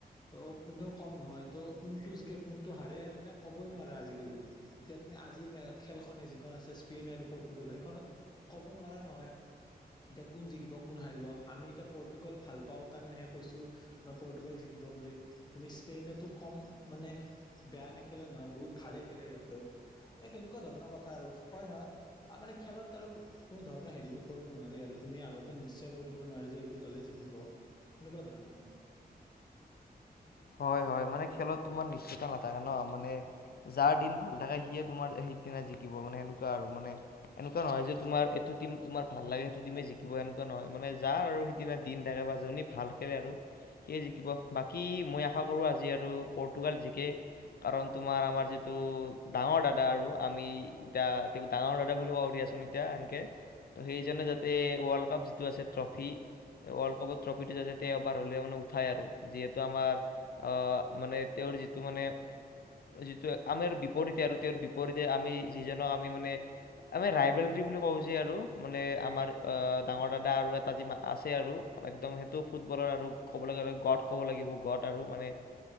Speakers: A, on the left (about 25°); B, on the left (about 65°).
A: ত' কোনেও কম নহয় ত' কোনটো জিকে কোনটো হাৰে মানে ক'বই নোৱাৰা আজিকালি, এতিয়া তুমি আজিৰ মে খেলখনে যিখন আছে স্পেইন আৰু প এইটো গ'লত, সেইখনত ক'ব নোৱাৰা নহয়। এতিয়া কোন জিকিব কোন হাৰিব, আমি এতিয়া পৰ্তোগাল ভাল পাওঁ কাৰণেহে কৈছোঁ, মই পৰ্তোগাল জিকিব বুলি। তুমি স্পেইনতো কম মানে বেয়া নেখেলে নহয় বহুত ভালে খেলে সিহঁতেও। ত' সেনেকুৱা ধৰণৰ কথা আৰু কয় নহয় মানে খেলত আৰু কোনো ধৰণৰ হেৰি ন' কৰিব নোৱাৰি আৰু। তুমি আগতে নিশ্চয় কৰি থ'ব নোৱাৰা যে এইটো দলে জিকিব, সেনেকুৱা ধৰণৰ। <inaudible>
B: হয় হয় মানে খেলত তোমাৰ নিশ্চয়তা নাথাকে ন' মানে যাৰ দিন ভাল থাকে সিয়ে তোমাৰ সিদিনা জিকিব মানে সেনেকুৱা আৰু মানে এনেকুৱা নহয় যে তোমাৰ এই জোনটো টিম তোমাৰ ভাল লাগে সেইটো টিম জিকিব সেনেকুৱা নহয় মানে যাৰ আৰু সেইদিনা দিন থাকে বা যি ভাল খেলে আৰু। সিয়ে জিকিব। বাকী মই আশা কৰোঁ আজি আৰু পৰ্টুগাল জিকে, কাৰণ তোমাৰ আমাৰ যিটো ডাঙৰ দাদা আৰু আমি এতিয়া ডাঙৰ দাদা বুলি ভাবোঁ দিয়াচোন এতিয়া এনকে। ত' সেইজনে যাতে ৱৰ্ল্ড কাপ যিটো আছে ট্ৰফি ৱৰ্ল্ড কাপৰ ট্ৰফিটো যাতে তেওঁ এবাৰ হ'লে মানে উঠাই আৰু যিহেতু আমাৰ অ' মানে তেওঁৰ যিটো মানে যিটো আমাৰ বিপৰীতে আৰু তেওঁৰ বিপৰীতে আমি যিজনক আমি মানে আমি ৰাইবেলি বুলি কওঁ যে আৰু মানে আমাৰ আ, ডাঙৰ দাদা আৰু এটা যি আছে আৰু। একদম সেইটোও ফুটবলৰ আৰু ক'ব লে গড ক'ব লাগিব আৰু মানে